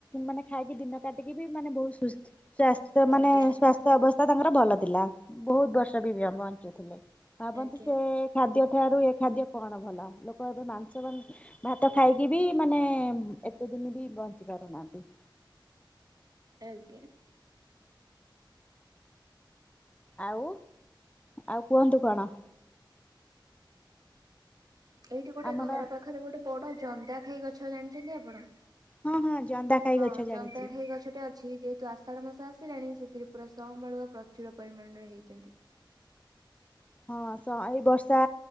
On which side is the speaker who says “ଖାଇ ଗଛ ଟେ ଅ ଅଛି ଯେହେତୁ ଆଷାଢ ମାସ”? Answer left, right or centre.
Right